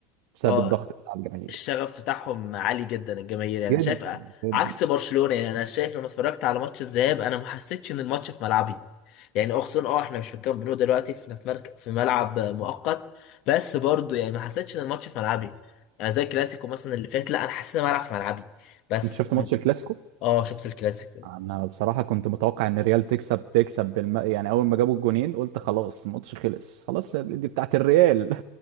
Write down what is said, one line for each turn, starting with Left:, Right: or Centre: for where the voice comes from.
Right: بسبب
Left: اه
Right: الضغط بتاع الجماهير
Left: الشغف بتاعهم عالي جدا الجماهير يعني
Right: جدا
Left: شايف ع-
Right: جدا
Left: عكس برشلونة يعني انا شايف لما اتفرجت على ماتش الذهاب انا ما حسيتش ان الماتش في ملعبي يعني اه خصوصا اه احنا مش في الكامب نو دلوقتي احنا في مركز في ملعب مؤقت بس برضو يعني ما حسيتش ان الماتش في ملعبي يعني زي الكلاسيكو مثلا اللي فات لا انا حسيت ان الملعب في ملعبي بس
Right: انت شفت ماتش
Left: م-
Right: الكلاسيكو
Left: اه شفت الكلاسيكو
Right: انا بصراحه كنت متوقع ان الريال تكسب تكسب بالم... يعني اول ما جابوا الجونين قلت خلاص الماتش خلص خلاص دي بتاعت الريال